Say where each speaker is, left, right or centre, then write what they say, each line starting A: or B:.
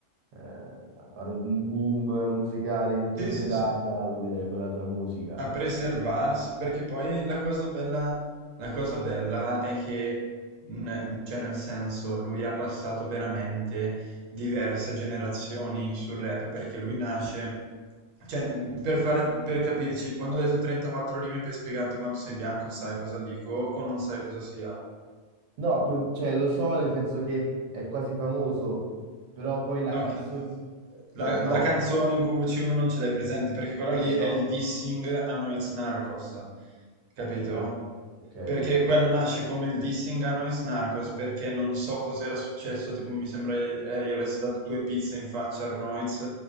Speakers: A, on the right (about 60°); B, on the right (about 85°).
A: eh, fare un boom musicale in tutta
B: Sì, sì,
A: Italia
B: sì.
A: con, le- con la sua musica.
B: a preservarsi, perché poi la cosa bella, la cosa bella è che, mh, cioè nel senso, lui ha passato veramente diverse generazioni sul rap, perché lui nasce, cioè, per fare, per capirci, quando ho detto 34 rime per spiegarti quanto sei bianco, sai cosa dico o non sai cosa sia.
A: No, più- cioè, lo so nel senso che è quasi famoso, però poi la
B: Ok.
A: canzone...
B: La,
A: Cioè, no,
B: la canzone in cui C1 non ce l'hai presente, perché quella lì
A: eh no.
B: è il dissing a Noiz Narcos, capito?
A: Ok, ok,
B: Perché
A: ok.
B: quello nasce come il dissing a Nois Narcos, perché non so cos'era successo, tipo mi sembra eh, gli avesse dato due pizze in faccia a Arnoiz